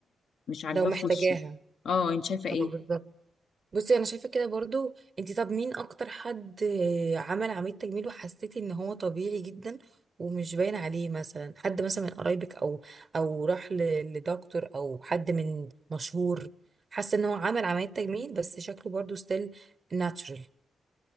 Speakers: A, on the left; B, on the right.
A: مش عاجباه
B: لو محتاجاها
A: في وشه اه انت شايفه ايه
B: اه بالظبط بصي انا شايفه كده برضو انتي طب مين اكتر حد آه، عمل عمليه تجميل وحسيتي ان هو طبيعي جدا ومش باين عليه مثلا حد مثلا من قرايبك او او راح ل- لدكتور او حد من مشهور حاسه ان هو عمل عمليه تجميل بس شكله برضو ستيل ناتشورال